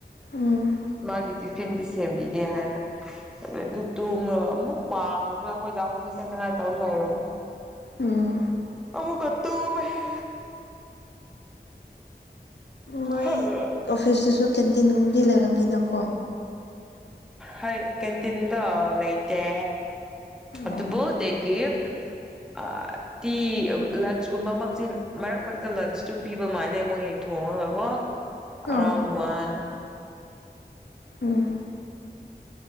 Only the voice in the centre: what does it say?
ꯃꯥꯒꯤ ꯇꯤꯐꯤꯟꯗꯤ ꯁꯦꯝꯕꯤꯒꯦ ꯍꯥꯏꯅ ꯑꯗꯨ ꯇꯨꯝꯃꯒ ꯑꯃꯨꯛ ꯄꯥꯈ꯭ꯔꯕ ꯑꯩꯈꯣꯏ ꯗꯥ ꯑꯣꯐꯤꯁ ꯆꯠꯅꯉꯥꯏ ꯇꯧꯔ ꯂꯩꯔꯝ
ꯑꯃꯨꯛꯀ ꯇꯨꯝꯃꯦꯍꯦ <unintelligible>
ꯍꯣꯏ ꯀꯦꯟꯇꯤꯟꯗꯣ ꯂꯩꯩꯇꯦ ꯑꯗꯨꯕꯨ
ꯗꯦꯒꯤ ꯑꯥ ꯇꯤ ꯂꯟꯁ ꯀꯨꯝꯕ ꯃꯛꯆꯤꯜ ꯃꯔꯛ ꯃꯔꯛꯇ ꯂꯟꯁꯇꯨꯝ ꯄꯤꯕ ꯃꯥꯜꯂꯦ ꯃꯣꯏꯒꯤ ꯊꯣꯡꯉꯒ ꯀꯣ
ꯑꯔꯥꯎꯟ ꯋꯥꯟ